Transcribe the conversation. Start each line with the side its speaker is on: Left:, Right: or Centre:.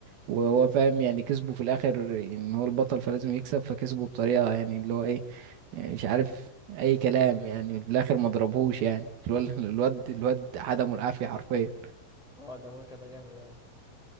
Right: وهو فاهم يعني كسبه في الاخر ان هو البطل فلازم يكسب فكسبه بطريقه يعني اللي هو ايه يعني مش عارف اي كلام يعني في الاخر ما ضربهوش يعني <laughs> الواد الواد الواد عدمه العافيه حرفيا
Centre: اه ده بويكا ده جامد اوي